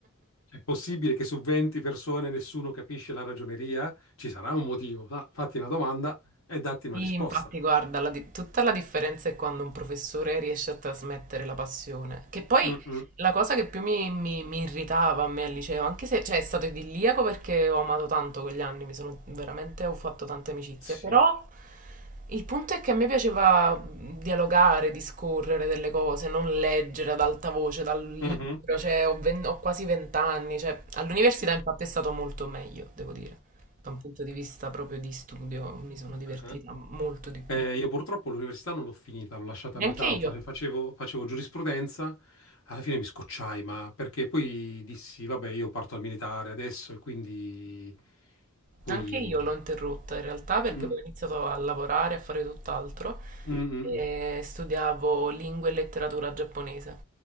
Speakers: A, on the left; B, on the right.
A: È possibile che su 20 persone nessuno capisce la ragioneria? Ci sarà un motivo. Fa- fatti una domanda e datti una
B: Sì,
A: risposta.
B: Infatti, guarda, la di- tutta la differenza è quando un professore riesce a trasmettere la passione. Che poi
A: Mm, mm.
B: la cosa che più mi, mi- mi irritava a me al liceo, anche se cioè, è stato idilliaco perché ho amato tanto quegli anni, mi sono veramente, ho fatto tante amicizie,
A: Sì.
B: però il punto è che a me piaceva dialogare, discorrere delle cose, non leggere ad alta voce dal libro,
A: Mhm.
B: cioè, ho, ven- ho quasi vent'anni, cioè, all'università infatti è stato molto meglio, devo dire da un punto di vista proprio di studio mi sono divertita
A: Mm.
B: molto di più.
A: Eh, io purtroppo l'università non l'ho finita, l'ho lasciata
B: E
A: a metà,
B: anche io,
A: fa- facevo, facevo giurisprudenza, alla fine mi scocciai, ma perché poi dissi, vabbè, io parto al militare adesso e quindi poi...
B: anche io l'ho interrotta in realtà perché
A: Mm,
B: poi ho iniziato a lavorare, a fare tutt'altro
A: mm, mm,
B: e
A: mm.
B: studiavo lingua e letteratura giapponese.